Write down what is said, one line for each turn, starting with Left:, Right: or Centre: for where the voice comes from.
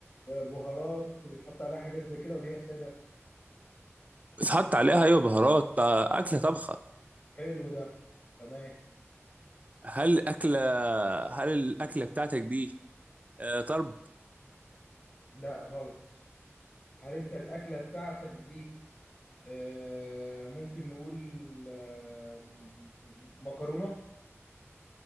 Left: آه، بهارات بيتحط عليها حاجات زي كده ولا هي ساده
Right: بتحط عليها ايوه بهارات آه، اكله طبخه
Left: حلو ده تمام
Right: هل أكلة هل الأكلة بتاعتك دي آه، طرب
Left: لا غلط هل انت الاكله بتاعتك دي آه، ممكن نقول آه، م- م- مكرونه